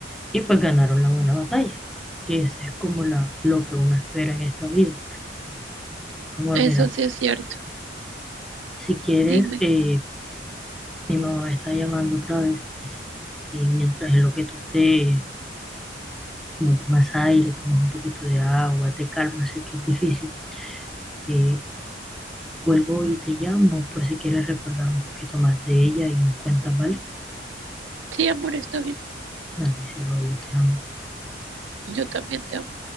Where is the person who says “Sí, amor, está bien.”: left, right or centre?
Right